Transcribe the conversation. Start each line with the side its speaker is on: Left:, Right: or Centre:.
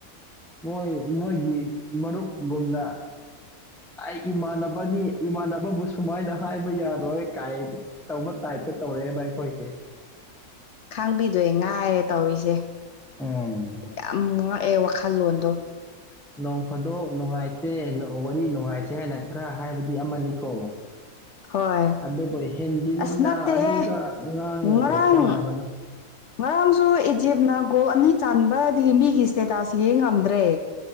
Centre: ꯃꯣꯏ ꯃꯣꯏꯒꯤ ꯃꯔꯨꯞꯒꯨꯝꯅ ꯑꯩ ꯏꯃꯥꯟꯅꯕꯒꯤ ꯏꯃꯥꯟꯅꯕꯕꯨꯁꯨ ꯗꯨꯃꯥꯏꯅ ꯍꯥꯏꯕ ꯌꯥꯔꯣꯏ ꯀꯥꯏ ꯇꯧꯕ ꯇꯥꯏꯞꯇ ꯇꯧꯔꯛꯑꯦꯕ ꯑꯩꯈꯣꯏꯁꯦ
Left: ꯈꯥꯡꯕꯤꯗꯣꯏ ꯉꯥꯏꯔꯦ ꯇꯧꯋꯤꯁꯦ
Centre: ꯎꯝ
Left: ꯌꯥꯝ ꯉꯛꯑꯦ ꯋꯥꯈꯜꯂꯣꯟꯗꯣ
Centre: ꯅꯣꯡ ꯐꯥꯗꯣꯛ ꯅꯨꯡꯉꯥꯏ ꯇꯦ ꯋꯥꯔꯤ ꯅꯨꯡꯉꯥꯏꯁꯦ ꯍꯥꯏꯅ ꯈꯔ ꯍꯥꯏꯕꯗꯤ ꯑꯃꯅꯤꯀꯣ
Left: ꯍꯣꯏ
Centre: ꯑꯗꯨꯕꯨ ꯍꯦꯟꯖꯤꯟꯅ
Left: ꯑꯁ ꯅꯠꯇꯦꯍꯦ
Centre: ꯑꯗꯨꯗ ꯉꯥꯡꯉ
Left: ꯉꯔꯥꯡ
Centre: ꯀꯩ ꯀꯥꯟꯅꯕꯅꯣ
Left: ꯉꯔꯥꯡꯁꯨ ꯏꯖꯤꯞꯅ ꯒꯣꯜ ꯑꯅꯤ ꯆꯥꯟꯕꯗꯒꯤ ꯃꯤꯒꯤ ꯏꯁꯇꯦꯇꯥꯁ ꯌꯦꯡ ꯉꯝꯗ꯭ꯔꯦ